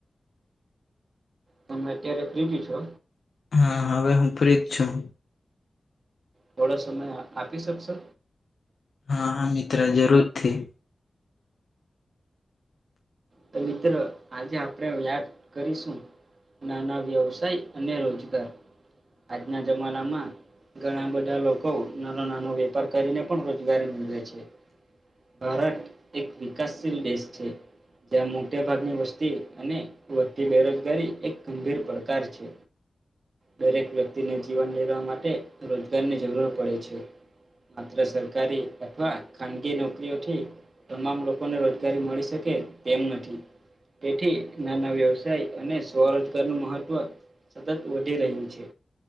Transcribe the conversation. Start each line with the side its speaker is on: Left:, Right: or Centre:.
Right: તમે અત્યારે ફ્રી છો?
Left: હા હવે હું ફ્રી જ છું.
Right: થોડો સમય આપી શકશો.
Left: હા હા મિત્ર જરૂરથી
Right: તો મિત્રો આજે આપણે યાદ કરીશું નાના વ્યવસાય અને રોજગાર આજના જમાનામાં ઘણા બધા લોકો નાનો નાનો વેપાર કરીને પણ રોજગારી મેળવે છે. ભારત એક વિકાસશીલ દેશ છે. જ્યાં મોટા ભાગની વસ્તી અને વધતી બેરોજગારી એક ગંભીર પડકાર છે. દરેક વ્યક્તિને જીવન જીવવા માટે રોજગારની જરૂર પડે છે. માત્ર સરકારી અથવા ખાનગી નોકરીઓથી તમામ લોકોને રોજગારી મળી. શકે તેમ નથી. તેથી નાના વ્યવસાય અને સ્વરોજગાર નું મહત્વ સતત વધી રહ્યું છે.